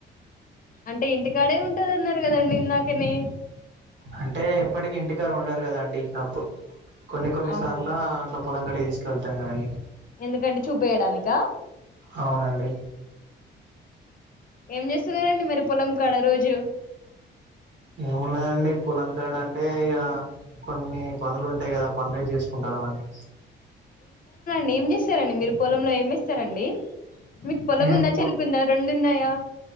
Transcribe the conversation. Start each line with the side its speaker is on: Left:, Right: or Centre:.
Left: అంటే ఇంటికాడే ఉంటదిన్నారు కదండి ఇందాకని
Right: అంటే ఎప్పటికి ఇంటికాడా ఉండరు కదాండి ఇనప్పుడు కొన్ని కొన్నిసార్లు
Left: అవునా
Right: అట్లా పొలం కడి తీసుకెళ్తానుదండి
Left: ఎందుకంటే చూపేయడానిక
Right: అవునండి
Left: ఏం చేస్తున్నారంండి మరి పొలం కడ రోజు
Right: ఏమున్నాయండి పులంకాడ అంటే ఇక కొన్ని పనులు ఉంటాయి కదా పనులే చేసుకుంటాను అండి
Left: డి ఏం చేస్తారండి మీరు పొలంలో ఏమి ఇస్తారండి మీకు పొలం
Right: మేము
Left: ఉందా చెనుకుందా రెండు ఉన్నాయా